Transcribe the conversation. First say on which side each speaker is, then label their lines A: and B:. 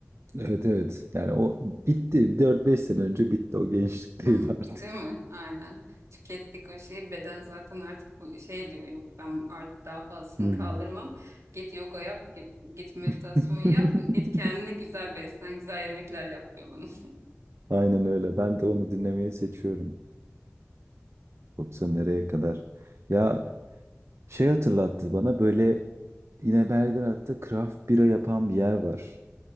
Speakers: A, on the right; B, on the right.
A: Evet evet. Yani o bitti. Dört beş sene önce bitti. O gençlikteydi
B: <laughs>
A: artık.
B: Değil mi? Aynen. Tükettik o şeyi. Beden zaten artık bu şey diyor. Yok ben artık daha fazlasını
A: Hmm.
B: kaldırmam. Git yoga yap, gi- git meditasyon
A: <laughs>
B: yap, git kendine güzel beslen, güzel yemekler yap diyor bunu. <laughs>
A: Aynen öyle. Ben de onu dinlemeyi seçiyorum. Yoksa nereye kadar? Ya Şey hatırlattı bana böyle yine Belgrad'da craft bira yapan bir yer var.